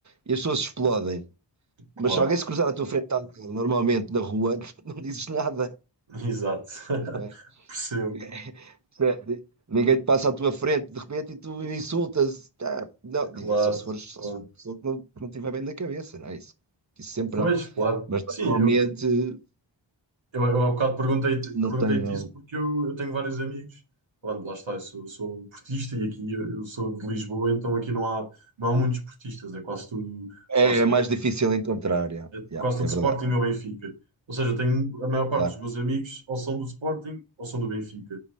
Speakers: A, on the right; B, on the right.
A: e as pessoas explodem.
B: Claro.
A: Mas se alguém se cruzar à tua frente, tá, normalmente na rua, <laughs> não dizes nada,
B: Exato. <laughs>
A: não é?
B: Percebo.
A: <laughs> Percebe? Ninguém te passa à tua frente de repente e tu insultas. Ah, não,
B: Claro.
A: diga, só se fores, só
B: Claro.
A: se for uma pessoa que não, que não estiver bem da cabeça, não é isso? Que Isso sempre
B: Pois,
A: há.
B: claro.
A: mas normalmente
B: Sim, eu, Eu, eu há bocado perguntei-te
A: não
B: perguntei-te
A: tenho.
B: isso porque eu, eu tenho vários amigos. Pronto, lá está, eu sou, sou um portista e aqui eu eu sou de Lisboa, então aqui não há, não há muitos portistas, é quase tudo,
A: É,
B: lá está,
A: é mais difícil encontrar, yeah,
B: é
A: yeah,
B: quase
A: é
B: tudo Sporting
A: verdade,
B: ou Benfica. Ou seja, eu tenho a maior parte
A: claro.
B: dos meus amigos ou são do Sporting ou são do Benfica.